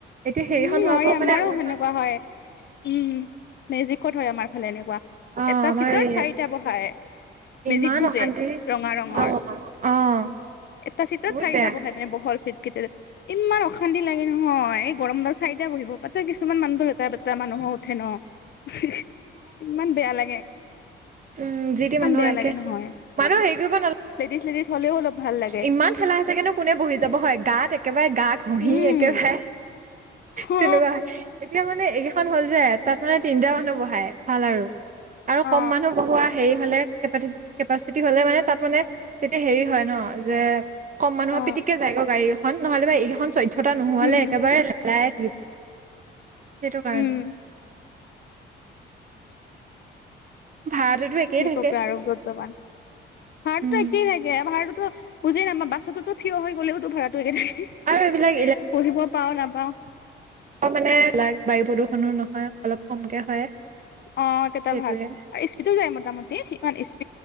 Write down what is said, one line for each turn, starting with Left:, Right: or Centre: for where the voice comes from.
Right: এতিয়া সেইখন
Left: উম নোৱাৰি
Right: হোৱাৰ পৰা
Left: আমাৰো
Right: মানে অলপমান
Left: সেনেকুৱা হয় উম মেজিকত হয় আমাৰ ফালে এনেকুৱা।
Right: অ',
Left: এটা
Right: আমাৰ
Left: চিটত
Right: এই
Left: চাৰিটা বহাই। মেজিক
Right: ইমান
Left: বুজে
Right: অশান্তি
Left: ৰঙা ৰঙৰ।
Right: অ', অ',
Left: এটা চিটত
Right: বহুত
Left: চাৰিটা
Right: বেয়া
Left: বহে মানে বহল চীট। কেতিয়াদে ইমান অশান্তি লাগে নহয় এই গৰম দৰ চাৰিটা বহিব পাই কিছুমান মানুহ লেতেৰা পেতেৰা মানুহো উঠে ন ইমান বেয়া লাগে।
Right: উম যি
Left: ইমান
Right: তি মানুহ
Left: বেয়া
Right: একে
Left: লাগে নহয়
Right: মানুহ হেৰি কৰিব নালাগে।
Left: লেডিজ লেডিজ হ'লেও অলপ ভাল লাগে
Right: ইমান ঠেলা হেঁচাকেনো বহি যাব হয় গাত একেবাৰে গা ঘঁহি
Left: উম
Right: একেবাৰে।
Left: হ
Right: তেনেকুৱা হয় এতিয়া মানে এইকেইখন হ'ল যে তাত মানে তিনিটা মানুহ বহাই ভাল আৰু। আৰু
Left: অ
Right: কম মানুহ বহোৱা হেৰি হলে। কেপাচিটি হলে মানে তাত মানে তেতিয়া হেৰি হয় ন যে। কম মানুহৰ
Left: অ
Right: পিটিকে যাই গৈ গাড়ী এখন নহলে বা এইখন চৈধ্যটা নোহালে
Left: উম
Right: একেবাৰে নাজাইয়ে থাকিব। সেইটো কাৰণে।
Left: উম
Right: ভাড়াটোতো একেই
Left: কি
Right: থাকে
Left: কব আৰু বৰ্তমান ভাড়াটোতো
Right: উম
Left: একেই থাকে ভাড়াটোতো। বুজি নাপাওঁ বাছতো ত। থিয় হৈ গলেওঁতো ভাড়াটো একে থাকে
Right: আৰু এইবিলাক
Left: বহিব পাওঁ নাপাওঁ।
Right: অ মানে লাইক বায়ু প্ৰদূষণো নহয় অলপ কমকে হয়।
Left: অ কেইটা
Right: সেইটোয়ে
Left: ভাল আৰু স্পিডো যায় মোটামুটি ইমান স্পড।